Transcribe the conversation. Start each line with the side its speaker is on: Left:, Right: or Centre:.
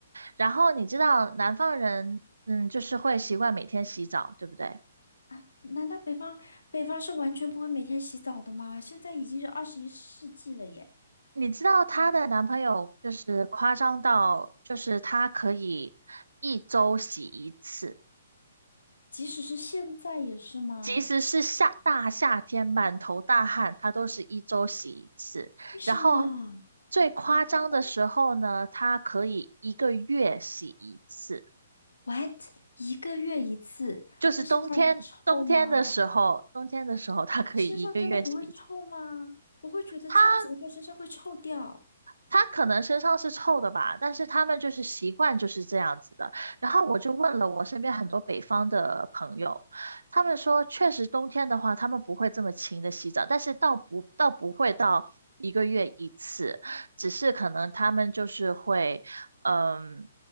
Right: 然后你知道南方人，嗯，就是会习惯每天洗澡，对不对？
Left: 啊，难道北方北方是完全不会每天洗澡的吗？现在已经是二十一世纪了耶，
Right: 你知道她的男朋友就是夸张到，就是他可以一周洗一次。
Left: 即使是现在也是吗？
Right: 即使是夏大夏天满头大汗，他都是一周洗一次。
Left: 为什么？
Right: 然后最夸张的时候呢，
Left: 好夸张。
Right: 他可以一个月洗一次，
Left: ？What？一个月一次，
Right: 就是冬天冬天的时候，
Left: 那身上不臭吗？
Right: 冬天的时候他可以一个月洗一次。
Left: 身上真的不会臭吗？我会觉得这样子的话身上会臭掉。
Right: 它他可能身上是臭的吧，但是他们就是习惯就是这样子的。然后我就问了我身边很多北方的朋友，他们说确实冬天的话，他们不会这么勤的洗澡，但是倒不倒不会到一个月一次，只是可能他们就是会，嗯，